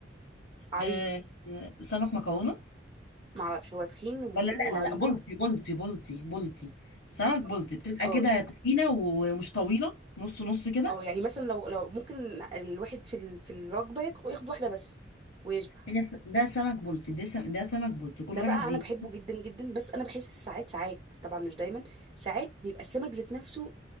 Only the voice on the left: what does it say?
آه آه، سمك مكرونه
ولا
لا لا لا بلطي بلطي بلطي بلطي سمك بلطي
بتبقى
كده تخينه ومش طويله نص نص كده
هي س- ده سمك بلطي ده سم... ده سمك بلطي كل
واحد
بي